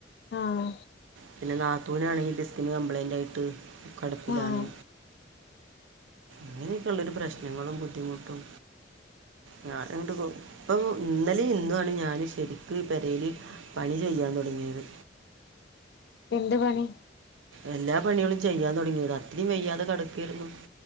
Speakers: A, on the left; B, on the right.
A: ആഹ്
B: പിന്നെ നാത്തൂനാണെങ്കിൽ ഡിസ്ക്ന് കംപ്ലൈന്റായിട്ട് കിടപ്പിലാണ്
A: ആഹ്
B: അങ്ങനെക്കൊള്ളൊരു പ്രശ്നങ്ങളും ബുദ്ധിമുട്ടും ഞാന ഇങ്ങോട്ട്പ്പൊ ഇന്നലെ ഇന്നു ആണ് ഞാൻ ശരിക്കും ഈ പേരേൽ പണി ചെയ്യാൻ തുടങ്ങിയത്
A: എന്ത് പണി
B: എല്ലാ പണികളും ചെയ്യാൻ തുടങ്ങിത് അത്രയും വയ്യാതെ കടക്കായിരുന്നു